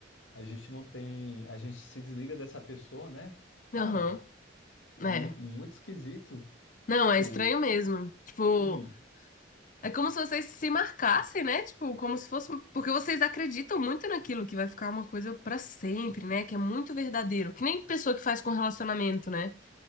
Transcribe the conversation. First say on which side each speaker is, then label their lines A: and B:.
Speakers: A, on the left (about 85°); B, on the left (about 45°).
A: a gente não tem, a gente se desliga dessa pessoa, né? Cara,
B: aham,
A: é
B: é.
A: muito, muito esquisito.
B: Não,
A: Tipo,
B: é estranho mesmo. Tipo,
A: hum.
B: é como se vocês se marcassem, né? Tipo, como se fosse porque vocês acreditam muito naquilo que vai ficar uma coisa pra sempre, né? Que é muito verdadeiro. Que nem pessoa que faz com relacionamento, né?